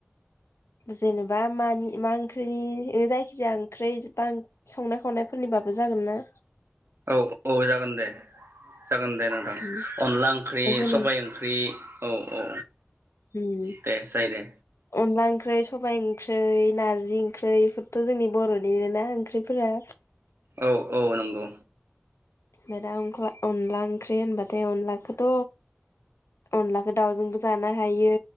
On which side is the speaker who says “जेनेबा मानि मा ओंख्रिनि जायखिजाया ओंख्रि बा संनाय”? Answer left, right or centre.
Left